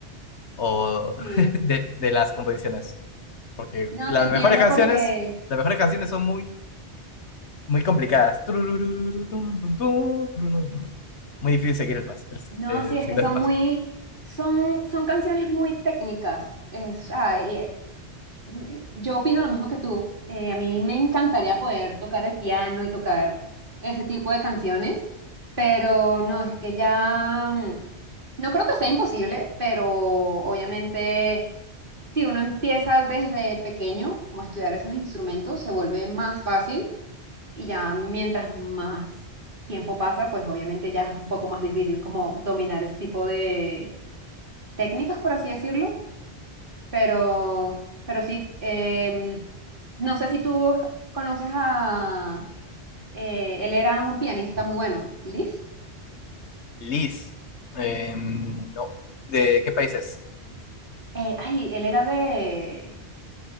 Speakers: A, on the left; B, on the right.
A: o
B: sí.
A: <laughs> de, de las composiciones. Porque
B: No,
A: las
B: te entiendo
A: mejores canciones,
B: porque,
A: las mejores canciones son muy, muy complicadas. Tururururutun, tun, tun, turururun. Muy difícil seguir el paso, el-
B: no,
A: eh,
B: sí, es
A: seguirles
B: que son
A: el paso.
B: muy, son, son canciones muy técnicas. Es, ah, y, eh, y yo opino lo mismo que tú. Eh, a mí me encantaría poder tocar el piano y tocar ese tipo de canciones, pero no, es que ya, mm, no creo que sea imposible, pero obviamente si uno empieza desde pequeño como a estudiar esos instrumentos, se vuelve más fácil y ya mientras más tiempo pasa, pues obviamente ya es un poco más difícil como dominar ese tipo de técnicas, por así decirlo, pero, pero sí, em, no sé si tú conoces a, eh, él era un pianista muy bueno, Liszt,
A: Liz, eh, no, ¿de qué países?
B: Eh, ay, él era de,